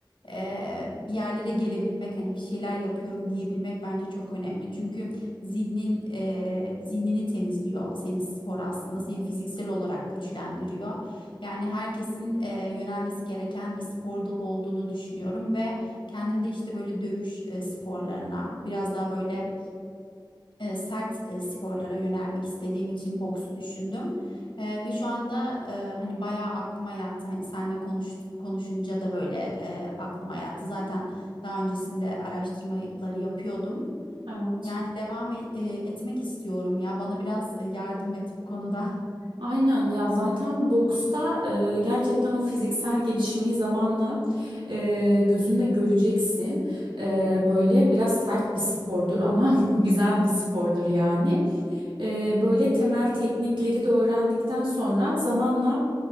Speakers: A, on the left (about 85°); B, on the right (about 85°).
A: e, bir yerlere gelebilmek, hani bir şeyler yapıyorum diyebilmek bence çok önemli. Çünkü zihnin eee, zihnini temizliyor senin spor aslında seni fiziksel olarak güçlendiriyor. Yani herkesin eee, yönelmesi gereken bir spor dalı olduğunu düşünüyorum ve kendim de işte böyle dövüş eee, sporlarına biraz daha böyle eee, sert eee, sporlara yönelmek istediğim için boksu düşündüm. Eee, ve şu anda eee, hani bayağı aklıma yattı hani seninle konuş, konuşunca da böyle eee, aklıma yattı zaten daha öncesinde araştırmaları yapıyordum.
B: Evet.
A: Yani devam e- e, etmek istiyorum ya. Bana biraz e, yardım et bu konuda. <laughs>
B: Aynen ya zaten boksta e, gerçekten o fiziksel gelişmeyi zamanla e, gözünle göreceksin. E, böyle biraz sert bir spordur ama <laughs> güzel bir spordur yani. E, böyle temel teknikleri de öğrendikten sonra zamanla